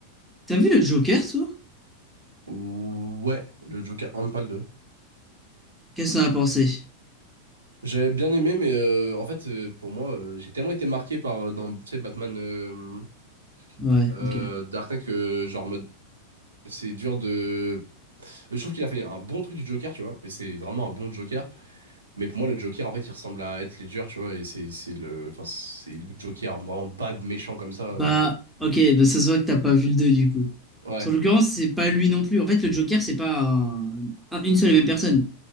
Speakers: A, in the centre; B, on the right.
A: T'as vu le Joker, toi?
B: Ouais, le Joker Handball 2.
A: Qu'est-ce qu'on a pensé?
B: J'avais bien aimé, mais euh, en fait, euh, pour moi, euh, j'ai tellement été marqué par euh, dans, tu sais, Batman euh,
A: Ouais,
B: euh,
A: ok.
B: Dark Knight que, genre, mode, c'est dur de. Je trouve qu'il a fait un bon truc du Joker, tu vois, et c'est vraiment un bon Joker. Mais pour moi, le Joker, en fait, il ressemble à Heath Ledger, tu vois, et c'est c'est le, enfin, c'est le Joker vraiment bad, méchant comme ça.
A: Bah,
B: euh.
A: ok, bah ça se voit que t'as pas vu le 2 du coup.
B: Ouais,
A: En l'occurrence, c'est pas lui non plus. En fait, le Joker, c'est pas un- un- une seule et même personne.